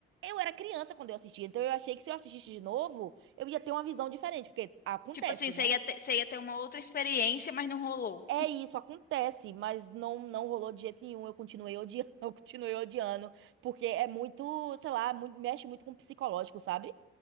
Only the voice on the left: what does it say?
Tipo assim, você
ia ter, você ia ter uma outra experiência, mas não rolou.